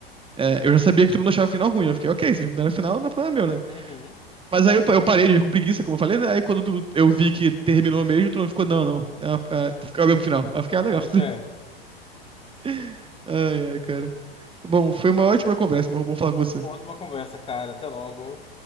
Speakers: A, on the right; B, on the left.
A: É, eu já sabia que todo mundo achava o final ruim. Eu fiquei, ok, vocês mudaram o final, não é problema meu, né?
B: uhum.
A: Mas aí eu, pa- eu parei de ver com preguiça, como eu falei, né? Aí quando tu- eu vi que terminou mesmo, todo mundo ficou, não, não. É, uma- é, ficou o mesmo final. Aí eu fiquei, ah, legal.
B: É.
A: <laughs> Ai, ai, cara. Bom, foi uma ótima conversa, mas bom falar com você.
B: Uma ótima conversa, cara. Até logo.